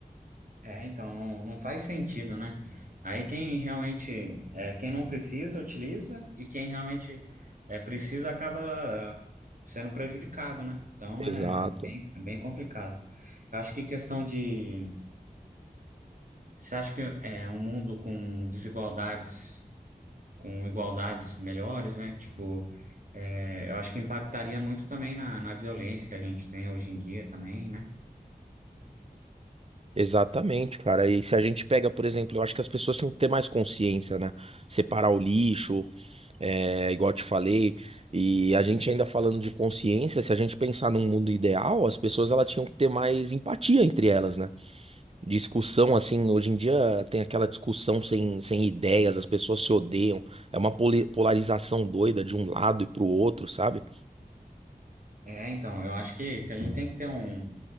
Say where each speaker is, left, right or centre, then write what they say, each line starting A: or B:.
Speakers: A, on the right; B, on the right.
A: É, então, não, não faz sentido, né? Aí quem realmente, é, quem não precisa, utiliza e quem realmente é, precisa acaba sendo prejudicado, né? Então,
B: Exato.
A: é, é bem, é bem complicado. Eu acho que questão de... Você acha que é um mundo com desigualdades com igualdades melhores, né? Tipo, é, eu acho que impactaria muito também na, na violência que a gente tem hoje em dia também, né?
B: Exatamente, cara. E se a gente pega, por exemplo, eu acho que as pessoas tinham que ter mais consciência, né? Separar o lixo, É, igual eu te falei, e a gente ainda falando de consciência, se a gente pensar num mundo ideal, as pessoas elas tinham que ter mais empatia entre elas, né? Discussão, assim, hoje em dia tem aquela discussão sem, sem ideias, as pessoas se odeiam, é uma poli- polarização doida de um lado e pro outro, sabe?
A: É, então, eu acho que, que a gente tem que ter um.